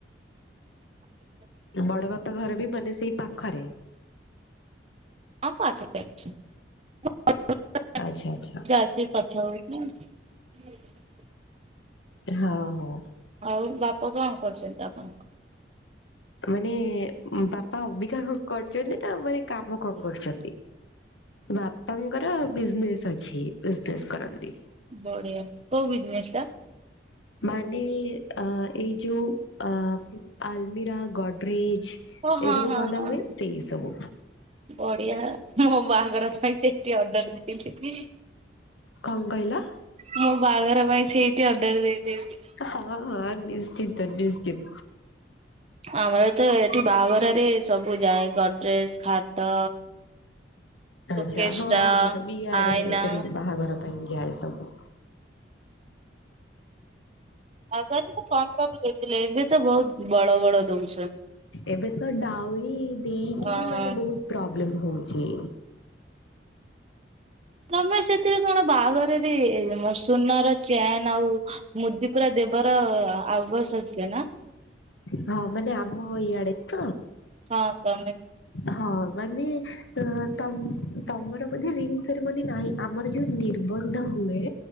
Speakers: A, on the left; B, on the right.
A: ବଡ ବାପା ଘର ବି ମାନେ ସେଇ ପାଖରେ।
B: ହଁ ପାଠରେ <unintelligible>
A: ଆଚ୍ଛା ଆଚ୍ଛା।
B: ତା ସ କଥା <unintelligible> ହୁଁ।
A: ହଉ ହଉ।
B: ହଉ ବାପା କଣ କରୁଛନ୍ତି ଆପଣଙ୍କର?
A: ମାନେ ବାପା ଅବିକା କଣ କରୁଛନ୍ତି, ନା ମାନେ କାମ କଣ କରୁଛନ୍ତି? ବାପାଙ୍କର ବିଜନେସ୍ ଅଛି, ବିଜନେସ୍ କରନ୍ତି।
B: ବଢିଆ, କୋଉ ବିଜନେସଟା?
A: ମାନେ ଆ ଏଇ ଯୋଉ ଆ ଆଲମିରା ଗଡରେଜ।
B: ଓ- ହଁ
A: ଏସବୁ
B: -ହଁ
A: ବନା
B: -ହଁ।
A: ହୁଏ ସେଇ ସବୁ।
B: ବଢିଆ ମୋ ବାହାଘର ପାଇଁ ସେଠି ଅର୍ଡର ଦେଇଦେବି।
A: କଣ କହିଲ?
B: ମୋ ବାହାଘର ପାଇଁ ସେଇଠି ଅର୍ଡର ଦେଇଦେବି।
A: ହଁ -ହଁ ନିଶ୍ଚିନ୍ତ ନିଶ୍ଚିନ୍ତ।
B: ଆମର ତ ଏଠି ବାହାଘରରେ ସବୁ ଯାଏ। ଗଡ୍ରେଜ୍ ଖଟ,
A: ଆଚ୍ଛା
B: ସୁଟକେସ୍
A: ହଁ
B: ଟା,
A: ଆମର ବି ଇଆଡେ
B: ଆଇନା
A: ସେମିତି ବାହାଘର ପାଇଁ ଯାଏ ସବୁ।
B: ଆଗରେ ତ କମ କମ ଦେଇଥିଲେ, ଏବେ ତ ବହୁତ ବଡ ବଡ ଦଉ
A: ଏବେ ତ ଡାଉରି ଦେଇକି
B: ଓହୋ
A: ବି, ମାନେ ବହୁତ ପ୍ରୋବ୍ଲେମ ହଉଛି।
B: ତମେ ସେଥିରେ କଣ, ବାହାଘରରେ ସୁନାର ଚେନ୍ ଆଉ ମୁଦି ପୁରା ଦେବାର ଆବଶ୍ୟକୀୟ ନା?
A: ହଁ ମାନେ ଆମ ଇଆଡେ ତ।
B: ହଁ ତମେ
A: ହଁ ମାନେ ତମ୍ ତମର ବୋଧେ, ରିଙ୍ଗ ସେରେମୋନି ନାହିଁ? ଆମର ଯୋଉ ନିର୍ବନ୍ଧ ହୁଏ,